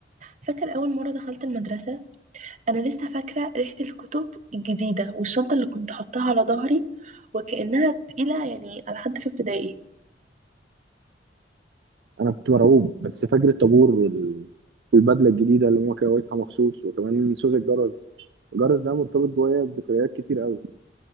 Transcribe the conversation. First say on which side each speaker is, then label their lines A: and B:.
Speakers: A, on the right (about 40°); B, on the right (about 65°).
A: فاكر اول مرة دخلت المدرسة انا لسه فاكرة ريحة الكتب الجديدة والشنطة اللي كنت حطاها على ظهري وكأنها تقيلة يعني على حد في ابتدائي
B: انا كنت مرعوب بس فاكر الطابور وال... والبدله الجديده اللي ماما كويتها مخصوص وكمان صوت الجرس الجرس ده مرتبط جوايا بذكريات كتير قوي